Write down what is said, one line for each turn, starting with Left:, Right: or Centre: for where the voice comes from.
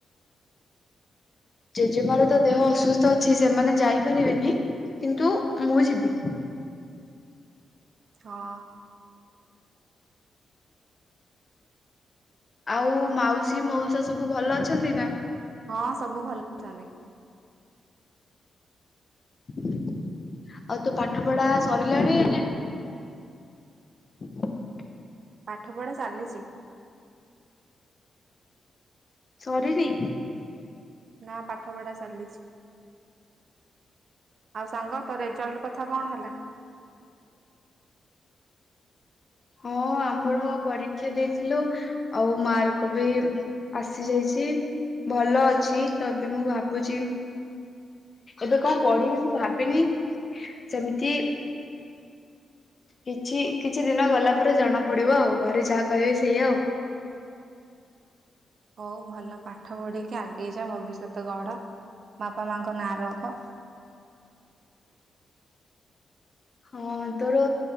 Right: <unintelligible>
Left: ଜେଜେମାର ତ ଦେହ ଅସୁସ୍ଥ ଅଛି ସେମାନେ ଯାଇପାରିବେନି କିନ୍ତୁ ମୁଁ ଯିବି
Right: ହଁ
Left: ଆଉ ମାଉସୀ ମାଉସା ସବୁ ଭଲ ଅଛନ୍ତି ନା
Right: ହଁ ସବୁ ଭଲ ଅଛନ୍ତି
Left: ଆଉ ତୁ ପାଠ ପଢା ସରିଲାଣି ହ
Right: ପାଠ ପଢା ଚାଲିଚ
Left: ସରି ନି
Right: ନା ପା ପାଠ ପଢ଼ା ଚାଲିଛି ଆଉ ସାଙ୍ଗ ତୋ ରେଜଲ୍ଟ କଥା କଣ ହେଲା
Left: ହଁ ଆମର ପରୀକ୍ଷା ଦେଇଥିଲୁ ଆଉ ମାର୍କ ବି ଆସିଯାଇଛି ଭଲ ଅଛି ତ ବି ମୁଁ ଭାବୁଛି ଏବେ କଣ ପଢିବି ମୁଁ ଭାବିନି ସେମିତି କିଛି କିଛି ଦିନ ଗଲା ପରେ ଜଣା ପଡିବ ଆଉ ଘରେ ଯାହା କହିବେ ସେଇ ଆଉ
Right: ହଉ ଭଲ ପାଠ ପଢେଇକି ଆଗେଇ ଯା ଭବିଷ୍ୟତ ଗଢ ବାପା ମାଙ୍କ ନାଁ ରଖ
Left: ହଁ ତୋର